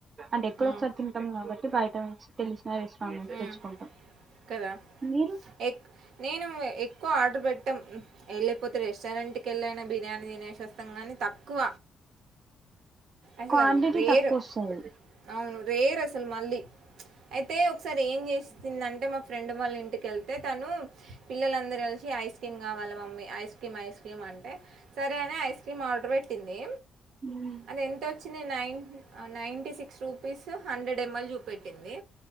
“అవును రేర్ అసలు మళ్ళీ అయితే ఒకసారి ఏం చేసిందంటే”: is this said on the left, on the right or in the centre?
Right